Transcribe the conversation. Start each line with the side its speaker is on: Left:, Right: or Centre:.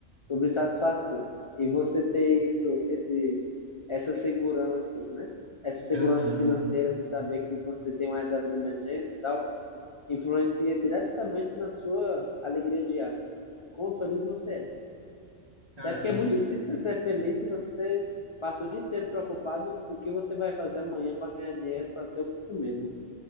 Left: sobre satisfação. E você ter isso, esse, essa segurança, né? Essa segurança
Right: aham.
Left: financeira de saber que você tem uma reserva de emergência e tal, influencia diretamente na sua alegria diária. Quão feliz você é.
Right: Cara,
Left: Até porque
Right: isso,
Left: é muito difícil você ser feliz se você passa o dia inteiro preocupado o que você vai fazer amanhã para ganhar dinheiro, para ter o que comer, né?